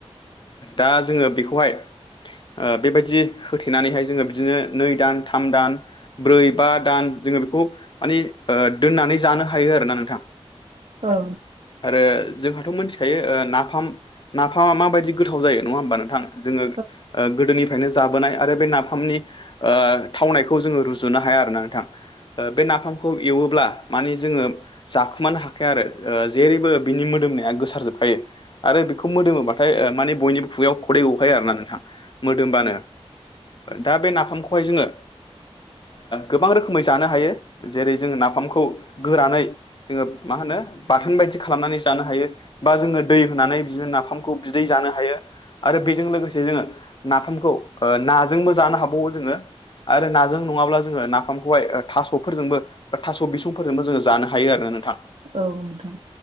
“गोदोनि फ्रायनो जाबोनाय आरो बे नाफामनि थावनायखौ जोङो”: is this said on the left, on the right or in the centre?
Left